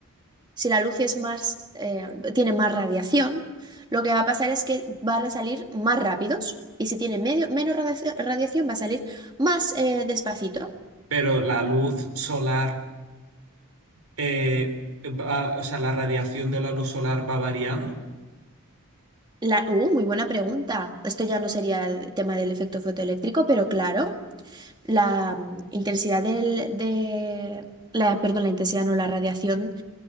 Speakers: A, on the right; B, on the right.
A: si la luz es más, eh, tiene más radiación, lo que va a pasar es que van a salir más rápidos. Y si tiene medio, menos radiación, radiación, va a salir más eh, despacito.
B: Pero la luz solar, eh, va- o sea, la radiación de la luz solar va variando.
A: La, uh, muy buena pregunta. Esto ya no sería el tema del efecto fotoeléctrico, pero claro, la mm, intensidad del, de, la, perdón, la intensidad no, la radiación